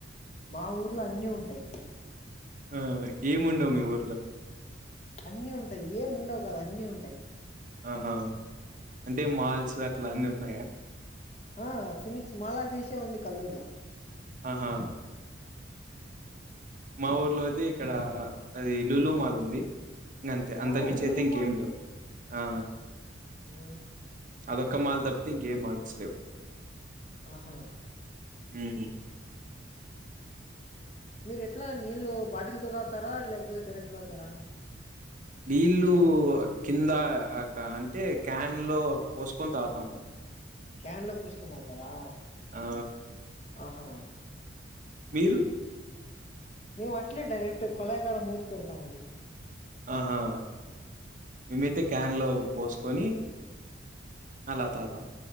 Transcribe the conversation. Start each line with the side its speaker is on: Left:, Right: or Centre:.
Left: మా ఊర్లో అన్నీ ఉంటాయ్
Right: ఆ ఏముండవు మీ ఊర్లో
Left: అన్నీ ఉంటాయి ఏం ఉండవు గాదు అన్నీ ఉంటాయ్
Right: ఆహా అంటే మాల్స్ అట్లా అన్నీ ఉన్నాయా
Left: ఆ ఫినిచ్ మాలఫీస్ చే వుంది కల్లూరు లో
Right: ఆహా మా ఊర్లో అయితే ఇక్కడ అది లూలు మాల్ ఉంది ఇంగ అంతే అంతకమించి
Left: వావ్! లూలు
Right: అయితే ఇంకేం లేవ్ ఆ
Left: ఉ
Right: అదొక్క మాల్ తప్పితే ఇంకే మాల్స్ లేవు
Left: ఆహా
Right: ఉ
Left: మీరు ఎట్లా నీళ్ళు బాటిల్ తో దాగుతార లేకపోతే డైరెక్ట్ డైరెక్ట్ దాగుతారా
Right: నీళ్ళు కింద అంటే క్యాన్ లో పోసుకొని తాగుతాము
Left: క్యాన్ లో బుసుకొని దాగుతారా
Right: ఆ
Left: ఆహా
Right: మీరు
Left: మేము అట్లే డైరెక్ట్ కొళాయికాడ మూతి పెడతాము అండి
Right: ఆహా మేమైతే క్యాన్ లో పోసుకొని అలా తాతాం